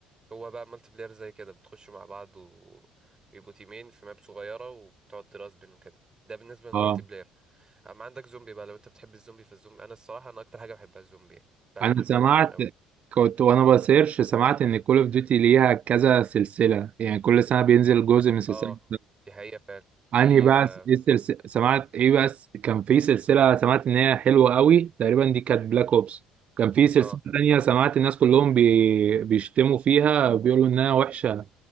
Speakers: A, on the right (about 25°); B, on the right (about 50°).
A: هو بقى مالتي بلاير زي كده بتخشوا مع بعض ويبقوا تيمين في ماب صغيره وبتقعد ترازبن وكده ده بالنسبه للمالتي
B: اه
A: بلاير اما عندك زومبي بقى لو انت بتحب الزومبي فالزومبي انا الصراحه انا اكتر حاجه بحبها الزومبي بلعب
B: انا
A: زومبي
B: سمعت
A: من زمان قوي
B: كنت وانا بسيرش سمعت ان كول اوف ديوتي ليها كذا سلسلة يعني كل سنة بينزل جزء من سلسلة
A: اه دي حقيقة فعلا في
B: انهي بقى
A: اه
B: س- ايه السلسلة سمعت ايه بس كان في سلسلة سمعت ان هي حلوة قوي تقريبا دي كانت بلاك اوبس كان في سلسلة
A: آه،
B: تانية سمعت الناس كلهم بي... بيشتموا فيها وبيقولوا انها وحشة